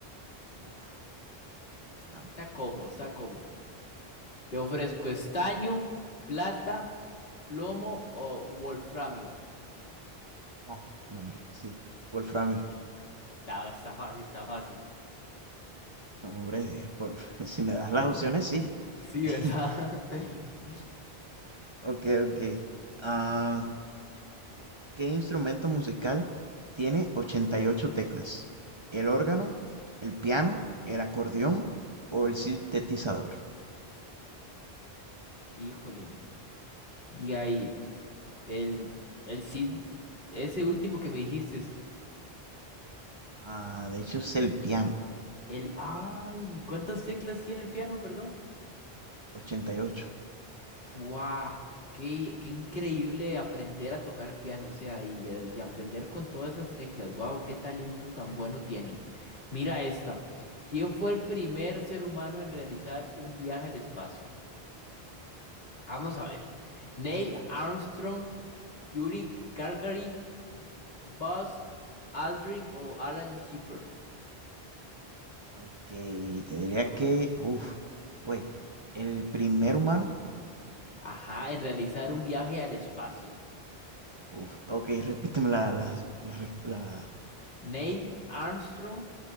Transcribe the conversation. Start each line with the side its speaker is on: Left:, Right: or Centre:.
Right: Uf, no,
Left: Está
Right: hombre.
Left: cómodo, está cómodo. Te ofrezco estaño, plata. ¿Plomo o wolframio?
Right: No, no, hombre, sí. Wolframio.
Left: Está, está fácil, está fácil.
Right: No, hombre, eh, por- <laughs> si me das las opciones,
Left: <laughs>
Right: sí.
Left: Sí,
Right: <laughs>
Left: ¿verdad? <laughs>
Right: Ok, ok. Ah, ¿qué instrumento musical tiene 88 teclas? ¿El órgano, el piano, el acordeón o el sintetizador?
Left: Híjole. De ahí, el, el Cid, ese último que me dijiste es
Right: Ah, de hecho es el piano,
Left: el... ¡Ay! ¿Cuántas teclas tiene el piano, perdón?
Right: 88.
Left: ¡Wow! Qué, qué increíble aprender a tocar piano, o sea, y, eh, y aprender con todas esas teclas. ¡Wow! ¡Qué talento tan bueno tienen! Mira esta. ¿Quién fue el primer ser humano en realizar un viaje al espacio? Vamos a ver. Neil Armstrong, Yuri Gagarin, Buzz Aldrin o Alan Shepard.
Right: Ok, te diría que, uff, güey, el primer humano.
Left: Ajá, en realizar un viaje al espacio.
Right: Uf, ok, repíteme la, las las ref- las
Left: Neil Armstrong,